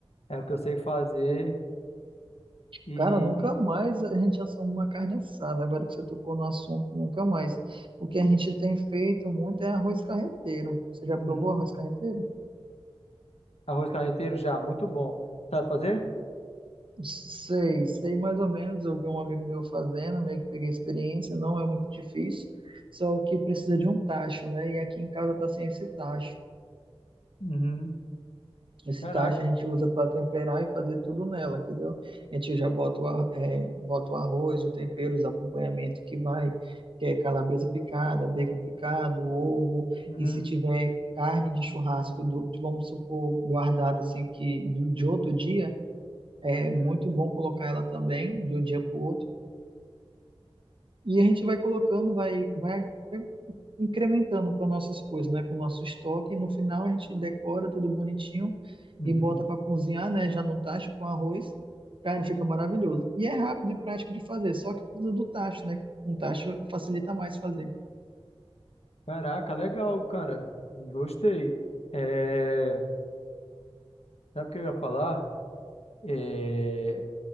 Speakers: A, on the left (about 80°); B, on the right (about 55°).
A: é o que eu sei fazer e, e-
B: Cara, nunca mais a gente assoma uma carne assada. Agora que você tocou no assunto, nunca mais. O que a gente tem feito muito é arroz carreteiro. Você já provou
A: Uhum.
B: arroz carreteiro?
A: Arroz carreteiro já, muito bom. Sabe fazer?
B: Sei, sei mais ou menos. Eu vi um amigo meu fazendo, meio que peguei a experiência. Não é muito difícil, só que precisa de um tacho, né? E aqui em casa tá sem esse tacho.
A: Uhum.
B: Esse
A: Caraca.
B: tacho a gente usa para temperar e fazer tudo nela, entendeu? A gente já bota o, ar- é, bota o arroz, o tempero, os acompanhamentos que vai, que é calabresa picada, bacon picado, ovo,
A: Uhum.
B: e se tiver carne de churrasco, do, vamos supor, guardada assim, que de, de outro dia, é
A: Uhum.
B: muito bom colocar ela também, de um dia para o outro. E a gente vai colocando, vai, vai incrementando com nossas coisas, né? Com o nosso estoque. E no final a gente decora tudo bonitinho
A: Uhum.
B: e bota para cozinhar, né? Já no tacho com arroz. Cara, fica maravilhoso. E é rápido e prático de fazer, só que precisa do tacho, né? Um tacho facilita mais fazer.
A: Caraca, legal, cara. Gostei. É, Sabe o que eu ia falar? É,